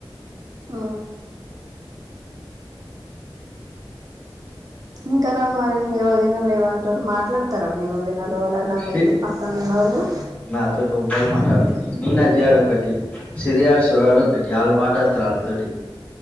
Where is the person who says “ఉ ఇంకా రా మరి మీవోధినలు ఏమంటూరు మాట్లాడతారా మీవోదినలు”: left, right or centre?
Right